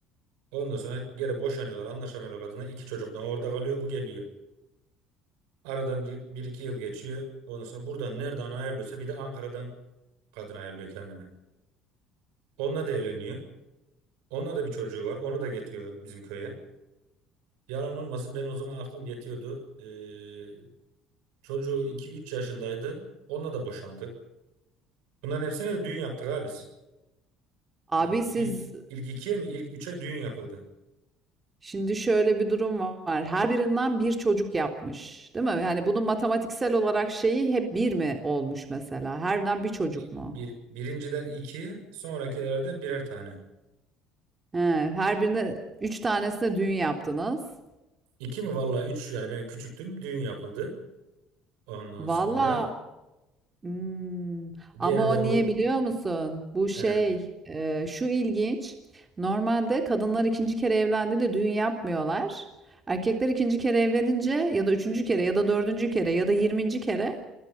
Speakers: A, on the right (about 80°); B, on the right (about 25°).
A: Ondan sonra geri boşanıyorlar. Anlaşamıyorlar kadına. İki çocuk da orada kalıyor. Bu geliyor. Aradan bir, bir iki yıl geçiyor. Ondan sonra buradan nereden ayarlıyorsa bir de Ankara'dan kadın ayarlıyor kendine. Onunla da evleniyor. Onunla da bir çocuğu var. Onu da getiriyor bizim köye. Yalan olmasın ben o zaman aklım yetiyordu. Ee, çocuğu 2-3 yaşındaydı. Onunla da boşandı. Bunların hepsine de düğün yaptık abi biz.
B: Abi
A: Yani
B: siz
A: ilk ilk ikiye mi ilk üçe düğün yapıldı.
B: Şimdi şöyle bir durum var. Her birinden bir çocuk yapmış, değil mi? Yani bunun matematiksel olarak şeyi hep bir mi olmuş mesela? Her birinden bir çocuk
A: İ-
B: mu?
A: Bir, birinciden iki sonrakilerden birer tane.
B: He, her birine üç tanesine düğün yaptınız.
A: İki mi vallahi üç yani ben küçüktüm düğün yapıldı. Ondan
B: Valla
A: sonra
B: hmm,
A: geride
B: ama o
A: bu
B: niye biliyor musun? Bu şey
A: eh,
B: e, şu ilginç. Normalde kadınlar ikinci kere evlendi de düğün yapmıyorlar. Erkekler ikinci kere evlenince ya da üçüncü kere ya da dördüncü kere ya da yirminci kere